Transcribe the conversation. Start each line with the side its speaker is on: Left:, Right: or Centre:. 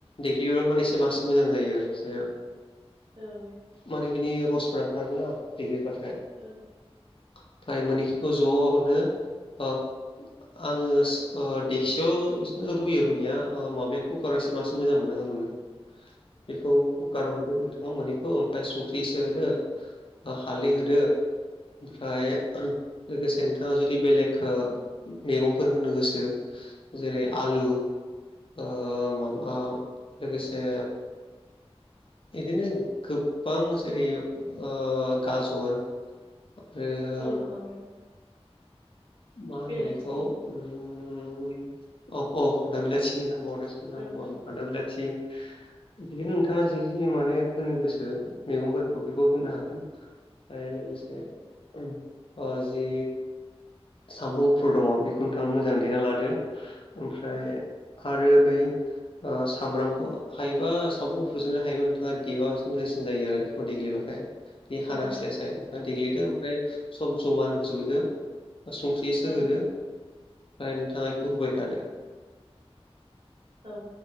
Left: देग्लिब्ला माने एसे बांसिन मोजां जायो आरो एसे
Right: औ
Left: माने बिनि रसफोरा ओंखारगोना देग्लिबाथाय
Right: <unintelligible>
Left: ओमफाय मोनैखौबो ज'नो ओ आङो ओ देक्सियाव एसे रुयो रुनाया ओ माबाया कुकारावसो बांसिन मोजां मोनो, नों रुनो बेखौ कुकाराव रुदो नोंथाङा मोनैखौ ओमफ्राय संख्रि एसे होदो। हालदै होदो ओमफ्राय लोगोसे नोंथाङा जुदि बेलेग ओ मैगंफोर होनो गोसो जेरै आलु, ओ माबा लोगोसे, इदिनो गोबां जेरै ओ गाजर आरो
Right: औ औ
Left: मा होनो
Right: बेलाथि
Left: इखौ उम अ अ फान्थाव बिलाटिसो आं बावदोंसो। <unintelligible>
Right: औ
Left: फान्थाव बिलाटि, बिदिनो नोंथाङा जि जि माने होनो गोसो मैगंफोरखौ बेखौ होनो हागोन, आरो लोगोसे ओ जि सामब्राम गुफुर दङ बेखौ नोंथाङा मोजां देना लादो ओमफ्राय
Right: औ
Left: आरो बै, ओ सामब्रामखौ हायोबा सामब्रामखौ गुफुरजोंनो हायोबा नोंथाङा देबा मोजांसिन जायो आरो बेखौ देग्लिबाथाय। बे
Right: औ
Left: हानांस्लायस्लाय देग्लिदो ओमफ्राय सब जमानो होजोबबोदों, संख्रिसो
Right: औ
Left: होदो नाय नोंथां रुबाय थादो,
Right: औ